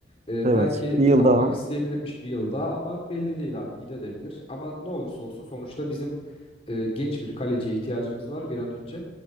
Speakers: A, on the left; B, on the right.
A: E,
B: Evet.
A: belki
B: Bir yıl
A: kalmak
B: daha.
A: isteyebilirmiş bir yılda ama belli değil abi gidebilir. Ama ne olursa olsun sonuçta bizim e, genç bir kaleciye ihtiyacımız var bir an önce